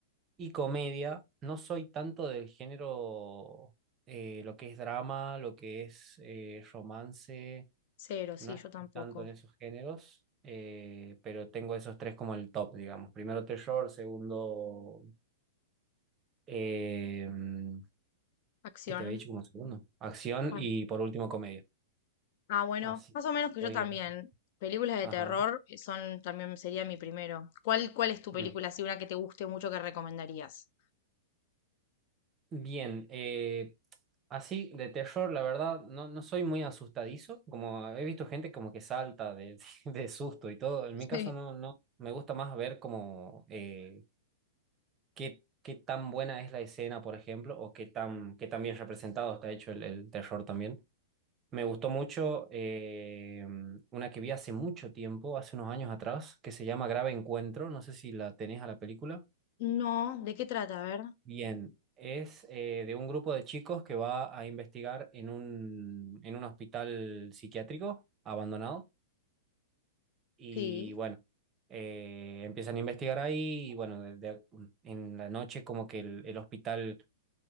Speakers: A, on the right; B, on the left.
A: y comedia. No soy tanto del género, eh, lo que es drama, lo que es eh, romance,
B: Cero, sí,
A: no estoy
B: yo tampoco.
A: tanto en esos géneros, eh, pero tengo esos tres como el top, digamos. Primero terror, segundo... em,
B: Acción.
A: que te había dicho como segundo. Acción
B: Ah,
A: y por último comedia.
B: Ah, bueno,
A: Así
B: más o
A: que
B: menos que
A: estoy.
B: yo también.
A: en-
B: Películas de
A: Ajá.
B: terror eh, son también sería mi primero. ¿Cuál, cuál es tu película,
A: Mm.
B: así una que te guste mucho que recomendarías?
A: Bien. eh, así, de terror, la verdad, no, no soy muy asustadizo. Como he visto gente como que salta de, <laughs> de susto y todo. En
B: Sí.
A: mi caso, no, no. Me gusta más ver como eh, qué, qué tan buena es la escena, por ejemplo, o qué tan, qué tan bien representado está hecho el, el terror también. Me gustó mucho eh, una que vi hace mucho tiempo, hace unos años atrás, que se llama Grave Encuentro. No sé si la tenés a la película.
B: No, ¿de qué trata? A ver.
A: Bien, es eh, de un grupo de chicos que va a investigar en un, en un hospital psiquiátrico abandonado. Y
B: Sí.
A: bueno, eh, empiezan a investigar ahí y bueno, de- de- en la noche como que el, el hospital